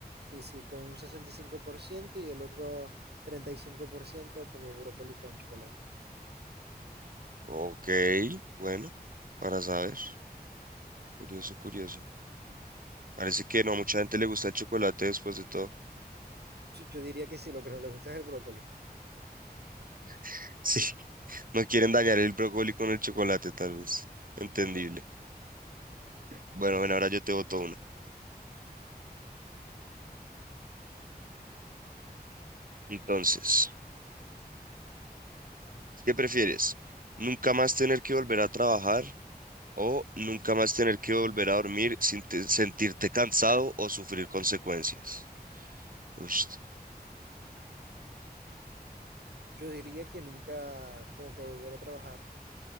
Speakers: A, on the right; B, on the right.
A: Sí, sí, con un sesenta y cinco por ciento y el otro 35% come brócoli con chocolate.
B: Ok, bueno, para saber. Curioso, curioso. Parece que no a mucha gente le gusta el chocolate después de todo.
A: Yo, yo diría que sí, lo que no le gusta es el brócoli.
B: <laughs> Sí. No quieren dañar el brócoli con el chocolate, tal vez. Entendible.
A: Total.
B: Bueno, bueno, ahora yo te boto una. Entonces, ¿qué prefieres? ¿Nunca más tener que volver a trabajar o nunca más tener que volver a dormir sin te- sentirte cansado o sufrir consecuencias? Ush.
A: Yo diría que nunca como que volver a trabajar.